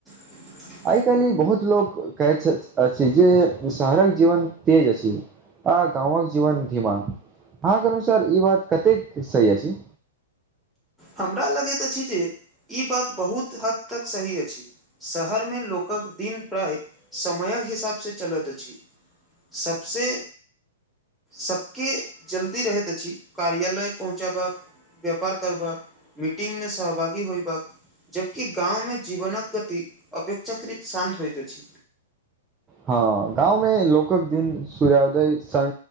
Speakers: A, in the centre; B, on the right.
A: <inaudible>
B: आइ-काल्हि बहुत लोक कहैत अछि जे शहरक जीवन तेज अछि। आ गाँवक जीवन धीमा, हँ? एकर अनुसार ई बात कतेक सही अछि?
A: हमरा लगैत अछि जे ई बात बहुत हद तक सही अछि। शहरमे लोकक दिन प्राय समयक हिसाबसँ चलैत अछि। सभसँ सभके जल्दी रहैत अछि कार्यालय पहुँचब। व्यापार करबाक, मीटिंगमे सहभागी होयब। जखन कि गाँवमे जीवनक गति अपेक्षाकृत शान्त होइत अछि।
B: हँ, गाँवमे लोकक दिन सूर्योदयसँ